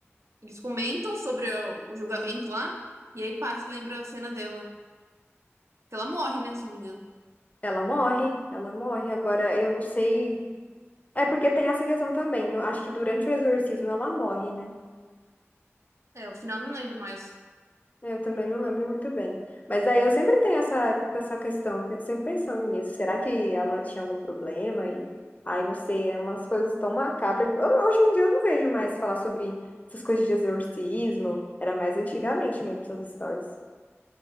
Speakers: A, on the right; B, on the left.
A: eles comentam sobre o, o julgamento lá e aí passa lembra a cena dela, que ela morre, né? Se não me engano.
B: ela morre, ela morre. Agora eu não sei. É porque tem essa questão também. no- Acho que durante o exorcismo ela morre, né?
A: É, o final eu não lembro mais.
B: É, Eu também não lembro muito bem. Mas aí eu sempre tenho essa, fico com essa questão, pe- sempre pensando nisso. Será que ela tinha algum problema? E aí, não sei, é umas coisas tão macabras. que- eu não- hoje em dia eu não vejo mais falar sobre essas coisas de exorcismo. Era mais antigamente mesmo essas histórias.